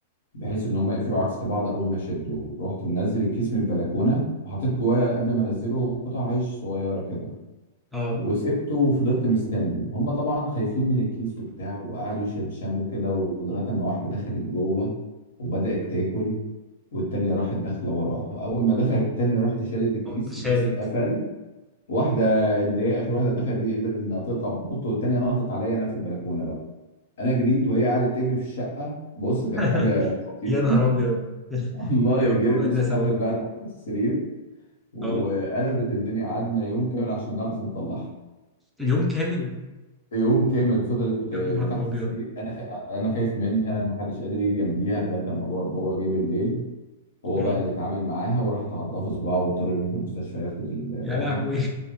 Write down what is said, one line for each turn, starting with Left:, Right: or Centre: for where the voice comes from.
Left: بحيث ان هم يقفلوا عكس بعض اول ما شدوا رحت منزل الكيس من البلكونه وحطيت جواه قبل ما انزله قطع عيش صغيره كده
Centre: اه
Left: وسبته وفضلت مستني هم طبعا خايفين من الكيس وبتاع وقعدوا يشمشموا كده لغايه ما واحده دخلت جوه وبدات تاكل والتانية راحت داخله وراها اول ما دخلت التانية رحت شادد الكيس
Centre: قمت
Left: الكيس
Centre: شادد
Left: اتقفل واحده اللي هي اخر واحده دخلت دي قدرت انها تقطع وتنط والتانية نطت عليا انا في البلكونه بقى انا جريت وهي قعدت تجري في الشقه بص كانت
Centre: <laughs>
Left: حاجه خطيره
Centre: يا نهار
Left: <laughs>
Centre: ابيض <laughs>
Left: والله
Centre: دي عمرها
Left: جريت
Centre: ما
Left: واستخبت
Centre: تنسى برضه
Left: بقى تحت السرير وقلبت
Centre: اه
Left: الدنيا قعدنا يوم كامل عشان نعرف نطلعها
Centre: اليوم كامل
Left: يوم كامل فضلت
Centre: يا
Left: آه،
Centre: نهار
Left: تحت
Centre: ابيض
Left: السرير انا خا- انا خايف منها ما حدش قادر يجي جنبيها لغايه ما بابا بابا جه بالليل هو
Centre: اه
Left: بقى اللي اتعامل معاها وراحت عضها في صباعه واضطر يروح المستشفى ياخد الحقنه
Centre: يا لهوي